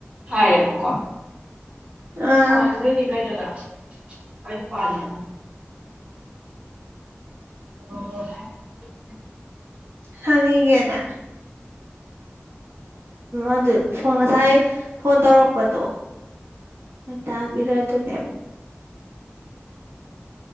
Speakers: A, on the right; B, on the right.
A: ꯍꯥꯏꯌꯦꯦꯕꯀꯣ ꯑ
B: ꯑꯥ
A: ꯑꯣ ꯑꯗꯦ ꯆ ꯀꯩꯅꯂ ꯑ ꯄꯔꯂ <unintelligible>
B: ꯍꯪꯤꯒꯦꯗ ꯑꯗꯨ ꯉꯁꯥꯏ ꯐꯣꯟ ꯇꯧꯔꯛꯄꯗꯣ ꯃ ꯇꯥꯕꯤꯔ ꯑꯗꯨꯅꯦ